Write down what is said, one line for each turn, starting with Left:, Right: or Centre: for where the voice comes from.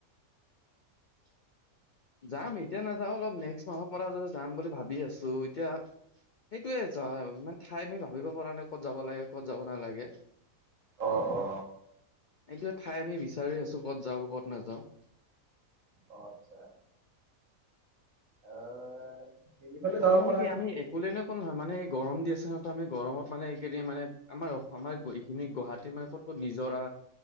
Left: <unintelligible> যাম এতিয়া নাযাওঁ অলপ নেক্সট মাহৰ পৰা যদি যাম বুলি ভাবি আছো এতিয়া সেইটোয়ে য মানে ঠাই আমি ভাবিব পৰা নাই ক'ত যাব লাগে ক'ত যাব নালাগে।
Right: অ অ।
Left: এইটো ঠাই আমি বিচাৰ আছো ক'ত যাওঁ ক'ত নাযাওঁ।
Right: অ আচ্ছা <unintelligible> আহ হেৰি ফালে যাব
Left: আৰু মানে
Right: পাৰা
Left: কি আমি একলে ন কো নহয় মানে গৰম দি আছে নহয় আমি গৰমত মানে এইকেইদিন মানে আমাৰ অসমৰ এইখিনি গুৱাহাটীৰ মত ক নিজৰা